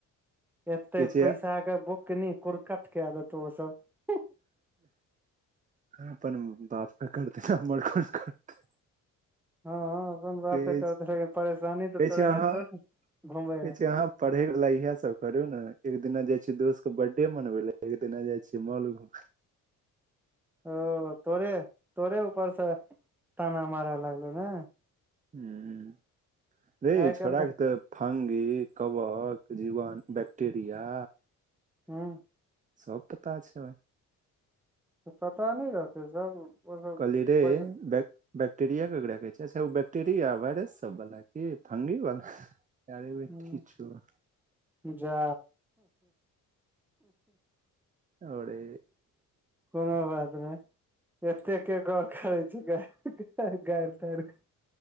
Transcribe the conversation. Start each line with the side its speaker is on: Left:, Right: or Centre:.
Centre: एते
Right: छै
Centre: पैसा के कनी कुर कट क कैदेतौओतय
Right: अपन बापके करतै हमर कि करतै
Centre: हँ ह अपन बापे
Right: कहै
Centre: करत लेकिन परेशानी तऽ तोरा
Right: छै अहाँ
Centre: हेतौ ने घुमैमे
Right: कहै छै अहाँ पढ़े वाला इएहे सब करे ने एक दिना जाये दोस्त के बर्थडे मनवे ले एक दिना जाय छीे मॉल ह
Centre: ओ तोरे तोरे ऊपर से ताना मारय लगलो ने
Right: ह अ
Centre: आइ
Right: छोड़ाफके
Centre: काल्हि
Right: तऽ फगी कबक जीवन बैक्टेरिया
Centre: हँ
Right: सप पता छै
Centre: तऽ पता नहि रहतै सब ओ सब
Right: कलीरे
Centre: बड़े
Right: बक बैक्टेरिया केकरा कहै छै अच्छा ओ बै्टेरिया वायरस सब बाला क फगी वलाा अरैबेबेटि
Centre: हूँ
Right: चोद
Centre: जा
Right: आओरे
Centre: कोनो बात नहि एत के गप करै छी गारि तार क